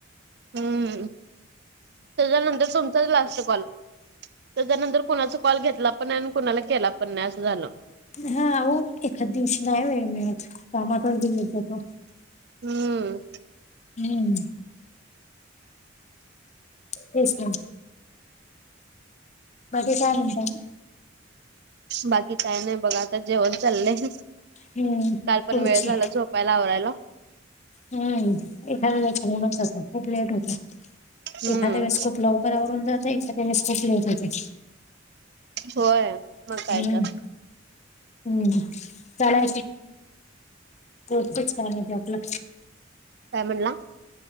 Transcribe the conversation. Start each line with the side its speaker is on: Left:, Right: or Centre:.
Right: हम्म त्याच्यानंतर सम लास्ट कॉल त्याच्यानंतर कुणाचा कॉल घेतला पण नाही आणि कुणाला केला पण नाही असं झालं
Left: हा हो एखाद दिवशी नाही वेळ मिळत कामाात गेलेच हो तो
Right: हम्म
Left: हं, तेच ना बागे काय म्हणतात
Right: बाकी काय नाही बघा आता जेवण चाललंय
Left: हं.
Right: काल पण
Left: पोहोचू.
Right: वेळ झाला झ पायला आवरायला
Left: हम्म एखादा्या वखणच जातो खूप लेट होत
Right: हम्म
Left: एखाद वेस्कूप लवकर आव जात एखा वेस्कूप लेट होते
Right: होय मग काय
Left: हम्म
Right: तर
Left: हम्म चला पोहतेच कारण ते आपलं
Right: कामनला